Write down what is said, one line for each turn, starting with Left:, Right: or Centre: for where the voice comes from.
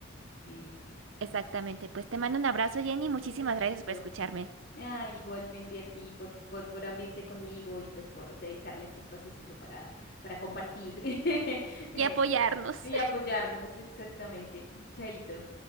Left: Viri,
Right: Exactamente,
Left: un
Right: pues te mando un abrazo, Jenny, muchísimas
Left: abracito.
Right: gracias por escucharme
Left: Ay, igualmente a ti por, por, por abrirte conmigo y pues por dedicarme este espaciecito para, para compartir <laughs> eh,
Right: y apoyarnos.
Left: y apoyarnos, exactamente. Chaito.